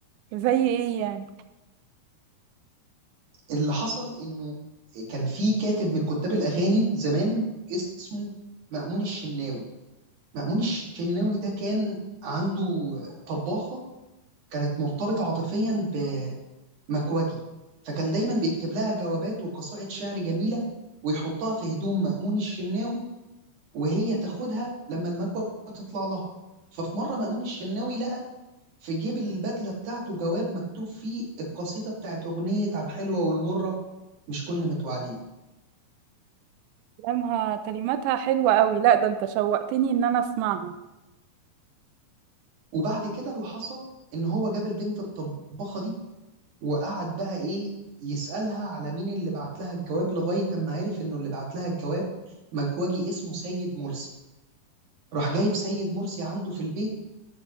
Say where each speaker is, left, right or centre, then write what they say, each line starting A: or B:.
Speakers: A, on the right (about 85°); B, on the right (about 55°).
A: زي ايه يعني
B: اللي حصل انه كان في كاتب من كتاب الاغاني زمان اسمه مأمون الشناوي مأمون الشناوي ده كان عنده طباخه كانت مرتبطه عاطفيا بمكوجي فكان دايما بيكتب لها جوابات وقصائد شعر جميله ويحطها في هدوم مأمون الشناوي وهي تاخدها لما المكوه تطلع لها ففي مره مأمون الشناوي لقى في جيب البدلة بتاعته جواب مكتوب فيه القصيدة بتاعت أغنية على الحلوة والمرة مش كنا متوعدين
A: كلامها كلماتها حلوه قوي لا ده انت شوقتني ان انا اسمعها
B: وبعد كده اللي حصل إن هو جاب البنت الطباخة دي وقعد بقى إيه يسألها على مين اللي بعت لها الجواب لغاية أما عرف إنه اللي بعت لها الجواب مكواجي اسمه سيد مرسي راح جايب سيد مرسي عنده في البيت